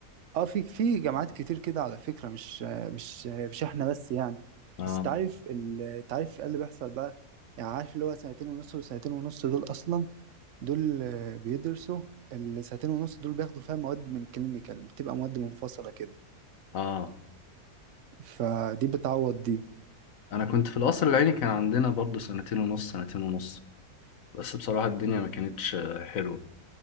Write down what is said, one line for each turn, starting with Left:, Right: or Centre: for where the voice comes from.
Right: اه في في جامعات كتير كده على فكرة مش مش مش احنا بس يعني
Left: اه
Right: بس تعرف ال تعرف ايه اللي بيحصل بقى يعني عارف اللي هو سنتين ونص وسنتين ونص دول اصلا دول آه، بيدرسوا السنتين ونص دول بياخدوا فيها مواد من كلينيكال بتبقى مواد منفصلة كده
Left: اه
Right: فدي بتعوض دي
Left: انا كنت في القصر العيني كان عندنا برضه سنتين ونص سنتين ونص بس بصراحه الدنيا ما كانتش آه، حلوه